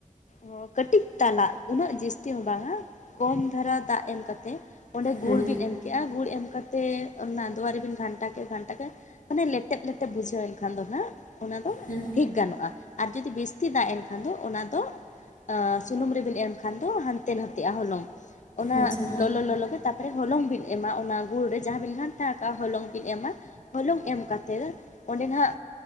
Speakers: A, on the left (about 65°); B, on the left (about 80°).
A: ᱦᱚ ᱠᱟᱹᱴᱤᱡ ᱛᱟᱞᱟ ᱩᱱᱟᱹᱜ ᱡᱟᱹᱥᱛᱤ ᱦᱚᱸ ᱵᱟᱝ ᱦᱟᱸ ᱠᱚᱢ ᱫᱷᱟᱨᱟ ᱫᱟᱜ ᱮᱢ ᱠᱟᱛᱮᱜ ᱚᱸᱰᱮ
B: ᱦᱮᱸ
A: ᱜᱩᱲ ᱵᱤᱱ ᱮᱢ ᱠᱮᱜ-ᱟ ᱜᱩᱲ ᱮᱢ ᱠᱟᱛᱮ ᱱᱟᱫᱳᱣᱟ ᱨᱮᱵᱤᱱ ᱜᱷᱟᱱᱴᱟ ᱠᱮᱜ-ᱟ ᱜᱷᱟᱱᱴᱟ ᱠᱮᱫ ᱢᱟᱱᱮ ᱞᱮᱴᱮᱯ ᱞᱮᱴᱮᱯ ᱵᱩᱡᱷᱟᱹᱣ ᱮᱱ ᱠᱷᱟᱱ ᱫᱚ ᱦᱟᱸᱜ ᱚᱱᱟ ᱫᱚ
B: ᱦᱮᱸ
A: ᱴᱷᱤᱠ ᱜᱟᱱᱚᱜ-ᱟ ᱟᱨ ᱡᱩᱫᱤ ᱵᱮᱥᱛᱤ ᱫᱟᱜ ᱮᱱ ᱮᱱᱠᱷᱟᱱ ᱠᱷᱟᱱ ᱫᱚ ᱚᱱᱟ ᱫᱚ ᱥᱩᱱᱩᱢ ᱨᱮᱵᱮᱱ ᱮᱢ ᱠᱷᱟᱱ ᱫᱚ ᱦᱟᱱᱛᱮ ᱱᱟᱛᱮᱜᱼᱟ ᱦᱚᱞᱚᱝ ᱚᱱᱟ
B: ᱟᱪᱪᱷᱟ
A: ᱞᱚᱞᱚ ᱞᱚᱞᱚ ᱜᱮ ᱛᱟᱯᱚᱨᱮ ᱦᱚᱞᱚᱝ ᱵᱮᱱ ᱮᱢᱟ ᱚᱱᱟ ᱜᱩᱲ ᱨᱮ ᱡᱟᱦᱟᱸ ᱵᱤᱱ ᱜᱷᱟᱱᱴᱟ ᱟᱠᱟᱜ-ᱟ ᱦᱚᱞᱚᱝ ᱵᱤᱱ ᱮᱢᱟ ᱦᱚᱞᱚᱝ ᱮᱢ ᱠᱟᱛᱮ ᱚᱸᱰᱮ ᱱᱟᱦᱟᱜ